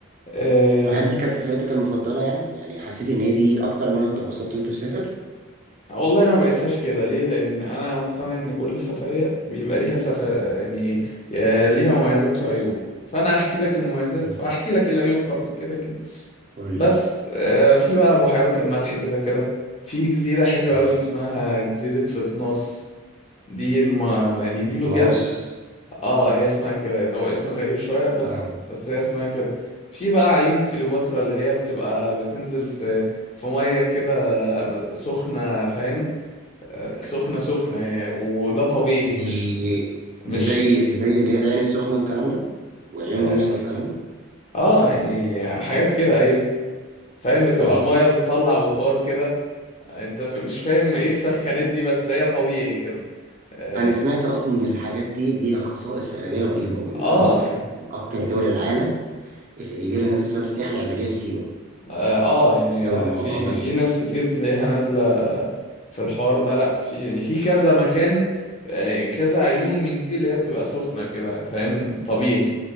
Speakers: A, on the left; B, on the right.
A: آه...
B: هل دي كانت سفريتك المفضله يعني يعني حسيت ان هي دي اكتر مره انت اتبسطت وانت مسافر
A: والله انا ما بقيسهاش كده ليه لان انا مقتنع ان كل سفرية بيبقى ليها سفر يعني آه، ليها مميزات وعيوب فانا هحكي لك المميزات
B: مم.
A: وهحكي لك العيوب برضو كده كده
B: قول
A: بس
B: لي
A: آه، في بقى بحيرات الملح كده كده في جزيرة حلوة
B: مم.
A: قوي اسمها جزيرة فتناس دي الم... يعني دي بجد
B: نص
A: اه هي اسمها كده يعني، هو اسم غريب شوية بس
B: آه.
A: بس هي اسمها كده في بقى عيون كليوباترا اللي هي بتبقى بتنزل في في مية كده ب- سخنة فاهم آه، سخنة سخنة يعني وده طبيعي
B: دي
A: مش مش
B: دي زي دي زي اللي هي العين السخنه والكلام ده وعيون
A: اه
B: موسى والكلام ده
A: آه، يعني حاجات كده ايوه فاهم بتبقى
B: اه
A: المية بتطلع بخار كده انت ف- مش فاهم ايه السخانات دي بس هي طبيعي كده اه
B: انا سمعت اصلا ان الحاجات دي ليها خصائص علاجيه رهيبه وان
A: آه،
B: مصر
A: يعني
B: من اكتر دول العالم اللي بيجي لها ناس بسبب السياحه العلاجيه في سيوه
A: اه آه، يعني
B: بسبب
A: لا
B: الموضوع
A: في
B: ده
A: في ناس كتير تلاقيها نازلة في الحوار ده لا في يعني في كذا مكان آه، كذا عيون من دي اللي هي بتبقى سخنة كده فاهم طبيعي